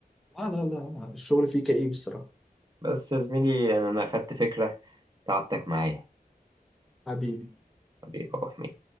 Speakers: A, in the centre; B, on the right.
A: لا لا لا الشغل فيه كئيب الصراحه
B: بس يا زميلي يعني أنا أخدت فكرة تعبتك معايا
A: حبيبي
B: حبيبي يا أبو حميد